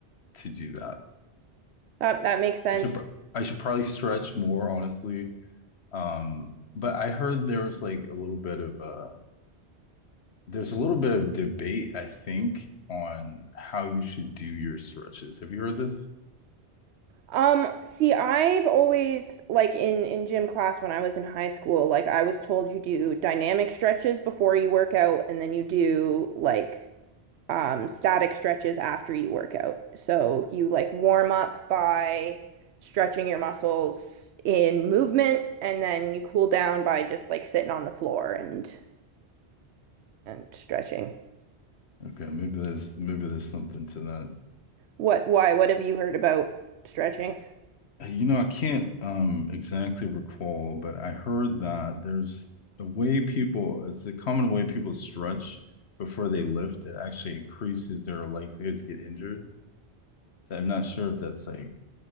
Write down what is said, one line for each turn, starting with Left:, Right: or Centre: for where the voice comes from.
Left: to do that.
Right: That that makes sense.
Left: I should pr- I should probably stretch more, honestly. Um, but I heard there was like a little bit of uh there's a little bit of debate, I think, on how you should do your stretches. Have you heard this?
Right: Um, see, I've always like in in gym class when I was in high school, like I was told you do dynamic stretches before you work out and then you do like um, static stretches after you work out. So you like warm up by stretching your muscles in movement, and then you cool down by just like sitting on the floor and and stretching.
Left: Okay, maybe there's maybe there's something to that.
Right: What, why, what have you heard about stretching?
Left: Uh, You know, I can't um exactly recall, but I heard that there's a way people, it's a common way people stretch before they lift that actually increases their likelihood to get injured. So I'm not sure if that's like